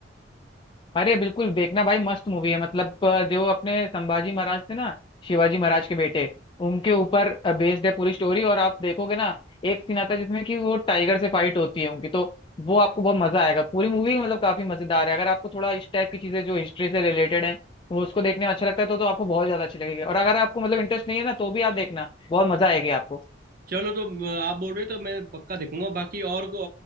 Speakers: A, on the left (about 25°); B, on the right (about 55°).
A: अरे बिल्कुल देखना भाई मस्त मूवी है मतलब अ, जो अपने संभाजी महाराज थे ना शिवाजी महाराज के बेटे उनके ऊपर बेस्ड है पूरी स्टोरी और आप देखोगे ना एक सीन आता है जिसमें कि वो टाइगर से फाइट होती है उनकी तो वो आपको बहुत मजा आएगा पूरी मूवी मतलब काफी मजेदार है अगर आपको थोड़ा इस टाइप की चीजें जो हिस्ट्री से रिलेटेड है वो उसको देखने में अच्छा लगता है तो, तो आपको बहुत ज्यादा अच्छी लगेगी और अगर आपको मतलब इंटरेस्ट नहीं है ना तो भी आप देखना बहुत मजा आएगी आपको
B: चलो तो अ, आप बोल रहे हो तो मैं पक्का देखूंगा बाकी और को